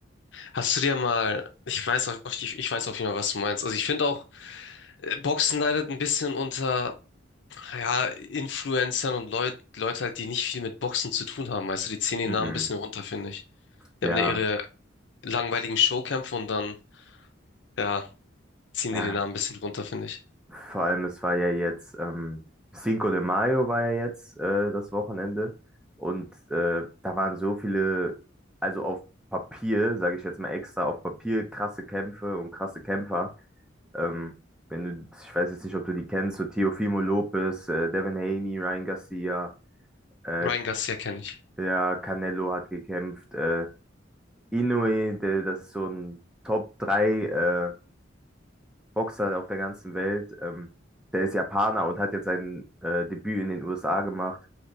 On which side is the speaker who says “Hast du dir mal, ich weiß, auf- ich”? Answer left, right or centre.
Left